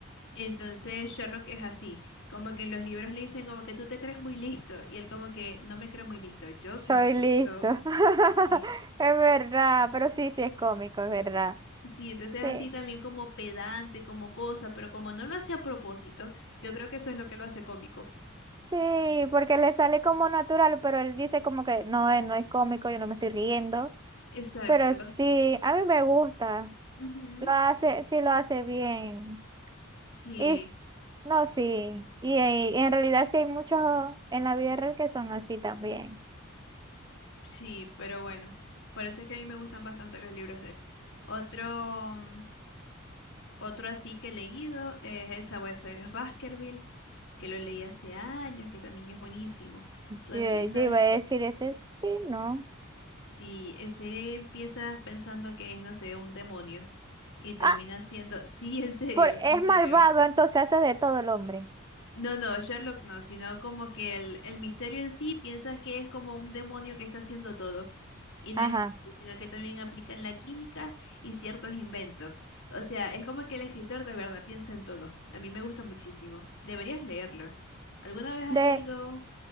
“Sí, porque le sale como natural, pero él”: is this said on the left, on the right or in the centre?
Right